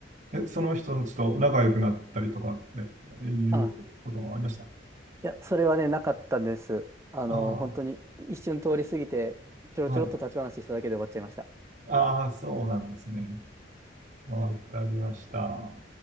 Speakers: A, on the right (about 40°); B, on the right (about 15°).
A: あ。え、その人たちと仲良くなったりとかっていうこともありました。
B: あ、いや、それはね、なかったんです。あの、
A: ああ、
B: 本当に一瞬通り過ぎて、ちょろちょろっと立ち話しただけで終わっちゃいました。
A: はい。ああ、そうなんですね。わかりました。